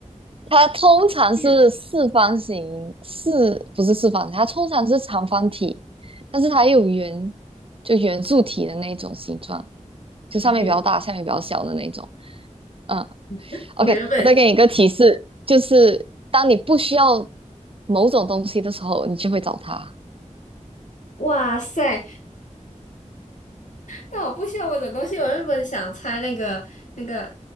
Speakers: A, on the right; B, on the left.
A: 它通常是四方形，
B: 面
A: 四不是四方形，它通常是长方体，但是它也有圆，就圆柱体的那种形状，就上面比较大，
B: 鱼。
A: 下面比较小的那种。嗯
B: <laughs>
A: ，OK，
B: 我原本
A: 我再给你一个提示，就是当你不需要某种东西的时候，你就会找它。
B: 哇塞，但我不需要我种东西，我原本想猜那个那个